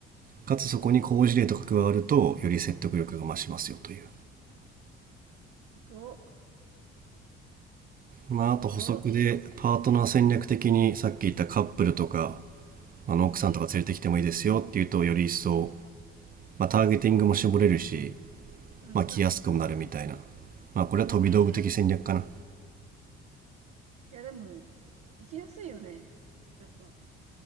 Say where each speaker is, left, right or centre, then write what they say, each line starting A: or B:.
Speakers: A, on the right; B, on the right.
A: かつそこに好事例とか加わると、より説得力が増しますよという。
B: すごっ、
A: まあ、あと補足でパートナー戦略的にさっき言ったカップルとか
B: すごっ。うん、
A: あの奥さんとか連れてきてもいいですよっていうとより一層、
B: うん、うん、うん、
A: まあ、ターゲティングも絞れるし、
B: うん、
A: まあ、来やすくもなるみたいな、まあ、これは飛び道具的戦略かな
B: うんうん。いや、でも、行きやすいよね。やっぱ。